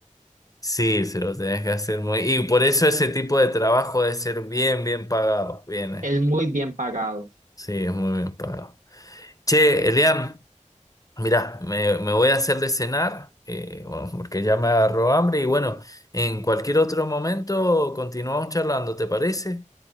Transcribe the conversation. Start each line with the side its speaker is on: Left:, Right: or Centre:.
Left: Sí, se lo tenés que hacer muy... Y por eso ese tipo de trabajo debe ser bien, bien pagado. Bien, eh.
Right: Es muy bien pagado.
Left: sí, es muy bien pagado. Che, Elian, mirá, me, me voy a hacer de cenar, eh, bueno, porque ya me agarró hambre y bueno, en cualquier otro momento continuamos charlando, ¿te parece?